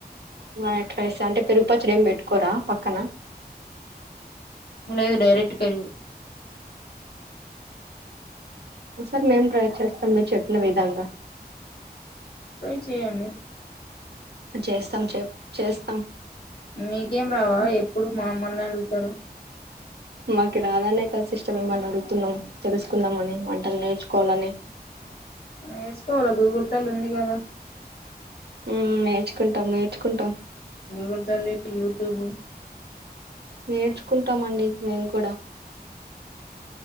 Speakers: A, on the right; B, on the left.
A: వైట్ రైస్ అంటే పెరుగుపచ్చడి ఏం పెట్టుకోరా పక్కన
B: అ లేదు డైరెక్ట్ పెరుగు
A: సరే మేం ట్రై చేస్తాం మీరు చెప్పిన విధంగా
B: ట్రై చేయండి
A: చేస్తాం చే చేస్తాం
B: మీకేం
A: హ్మ్.
B: రావా ఎప్పుడు మామల్నాడుతారు
A: మాకి రాదనే కదు సిస్ట మిమ్మల్ని అడుగుతున్నాం తెలుసుకుందాం అని వంటలు నేర్చుకోవాలని
B: నేర్చుకోవాల గూగుల్ తల్లి ఉంది కదా
A: ఉహ్ నేర్చుకుంటాం నేర్చుకుంటాం
B: గూగుల్ తల్లి యూట్యూబ్
A: నేర్చుకుంటామండి మేము కూడా